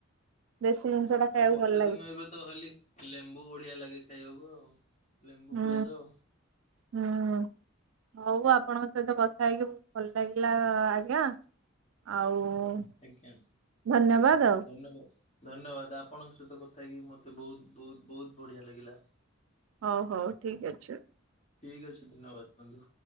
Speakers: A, on the right; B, on the left.
A: ଦେଶୀ
B: ହୁଁ
A: ଜିନିଷ ଟା ଖାଇବାକୁ
B: ଆଉ ବର୍ଷା
A: ଭଲ ଲାଗେ
B: ଦିନ ଏବେ ତ ଖାଲି ଲେମ୍ବୁ ବଢିଆ ଲାଗେ ଖାଇବାକୁ ଆଉ ଲେମ୍ବୁ
A: ହୁଁ
B: ପିଆଜ ଆଉ
A: ହୁଁ। ହଉ ଆପଣଙ୍କ ସହିତ କଥା ହେଇକି ବହୁତ ଭଲ ଲାଗିଲା ଆଜ୍ଞା। ଆଉ।
B: ଆଜ୍ଞା
A: ଧନ୍ୟବାଦ ଆଉ।
B: ଧନ୍ୟବାଦ ଧନ୍ୟବାଦ ଆ ଆପଣଙ୍କ ସହିତ କଥା ହେଇକି ମତେ ବହୁତ ବହୁତ ବହୁତ ବଢିଆ ଲାଗିଲା।
A: ହଉ ହଉ ଠିକ ଅଛି।
B: ଠିକ୍ ଅଛି ଧନ୍ୟବାଦ ବନ୍ଧୁ।